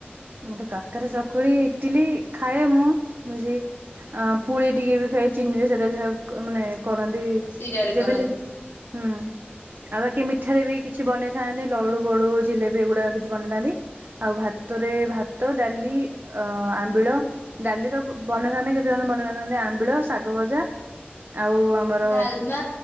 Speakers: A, on the right; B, on the left.
A: ମୁଁତେ କାକରା, ଚକୁଳି ଇଟିଲି ଖାଏ ମୁଁ ବ ପୁଡି ଟିକେ ବି ଖାଏ ଚିନିରେ ସେଟା ଯାହା ମାନେ କରନ୍ତି।
B: ଶିରାରେ
A: ଯେମିତି
B: କରନ୍ତି
A: ହୁଁ ଆ କି ମିଠାରେ ବି କିଛି ବନେଇଥାନ୍ତି ଲଡୁ ବୋଡୁ ଜିଲେବି ଏଗୁଡାକ କିଛି ବନେଇଥାନ୍ତି। ଆଉ ଭାତ ରେ ଭାତ, ଡାଲି ଆ ଆମ୍ବିଳ, ଡାଲି ତ ବନେଇଥାନ୍ତେ କେତେ ଜଣ ବନେଇନଥାନ୍ତି। ଆମ୍ବିଳ ଶାଗ ଭଜା ଆଉ ଆମର
B: ଡାଲମା